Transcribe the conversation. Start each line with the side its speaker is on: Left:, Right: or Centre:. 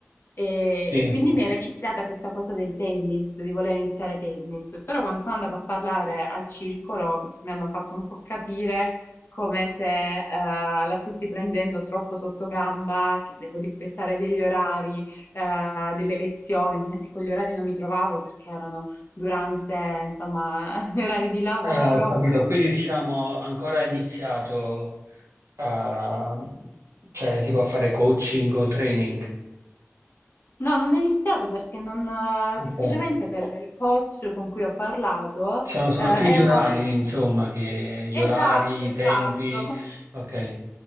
Left: E,
Right: Sì.
Left: e quindi mi era iniziata questa cosa del tennis, di voler iniziare tennis, però quando sono andata a parlare al circolo mi hanno fatto un po' capire come se eh, la stessi prendendo troppo sotto gamba, che devo rispettare degli orari, eh, delle lezioni. Ovviamente con gli orari non mi trovavo perché erano durante, insomma, <laughs> gli orari di lavoro
Right: Ah, ho capito, quindi diciamo ancora hai iniziato a, cioè, tipo a fare coaching o training.
Left: No, non ho iniziato perché non, eh,
Right: Ok.
Left: semplicemente per il coach con cui ho parlato,
Right: Sono,
Left: eh,
Right: sono
Left: eravamo
Right: più gli orari,
Left: un po'...
Right: insomma, che gli
Left: Esatto,
Right: orari, i
Left: esatto.
Right: tempi.
Left: Ma
Right: Ok,